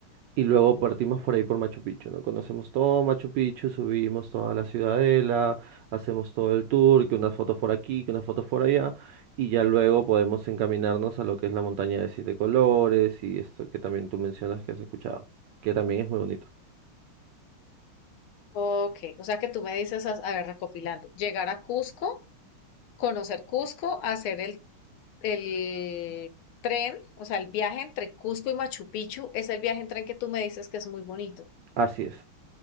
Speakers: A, on the right; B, on the left.
A: Y luego partimos por ahí por Machu Picchu, ¿no? Conocemos todo Machu Picchu, subimos toda la ciudadela, hacemos todo el tour, que unas fotos por aquí, que unas fotos por allá, y ya luego podemos encaminarnos a lo que es la montaña de siete colores y esto que también tú mencionas que has escuchado, que también es muy bonito.
B: Ok. O sea que tú me dices, as- a ver, recopilando, llegar a Cusco, conocer Cusco, hacer el, el tren, o sea, el viaje entre Cusco y Machu Picchu es el viaje en tren que tú me dices que es muy bonito.
A: Así es,